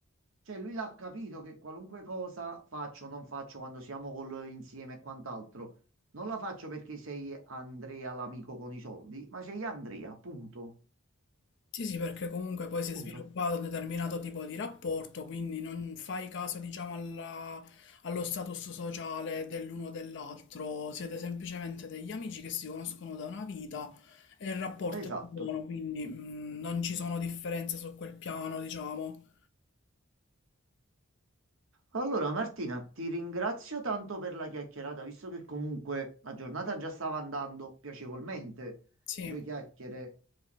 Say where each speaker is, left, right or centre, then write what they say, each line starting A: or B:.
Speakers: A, on the right; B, on the left.
A: Cioè lui l'ha capito che qualunque cosa faccio o non faccio quando siamo col- insieme e quant'altro, non la faccio perché sei Andrea l'amico con i soldi, ma sei Andrea, punto.
B: Sì, sì, perché comunque poi si
A: Punto.
B: è sviluppato un determinato tipo di rapporto, quindi non fai caso, diciamo, alla- allo status sociale dell'uno o dell'altro, siete semplicemente degli amici che si conoscono da una vita e il rapporto
A: Esatto.
B: è buono, quindi mm, non ci sono differenze su quel piano, diciamo.
A: Allora Martina, ti ringrazio tanto per la chiacchierata, visto che comunque la giornata già stava andando piacevolmente.
B: Sì,
A: Due chiacchiere